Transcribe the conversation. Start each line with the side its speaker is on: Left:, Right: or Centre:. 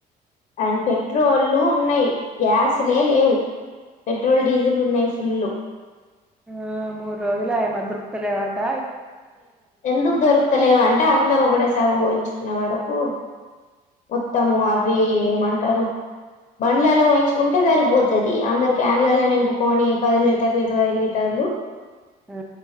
Left: అడ్ పెట్రోలు ఉన్నాయి గ్యాస్లే లేవు పెట్రోల్ డీజిల్ ఉన్నాయి ఫుల్లు
Centre: ఆ మురు రోజులు ఆయ దొరుక్తలెవట
Left: ఎందుకు దొరుకుతలేవ అంటే అందరూ ఒకడే కారు వోయించుకునే వరకు మొత్తము అవి ఏమంటారు బండ్లలో పోయించుకుంటే సరి పోద్ది తది అందరు క్యాన్లల నింపుకొని పది లీటర్లు ఇరవై లీటర్లు
Centre: ఆ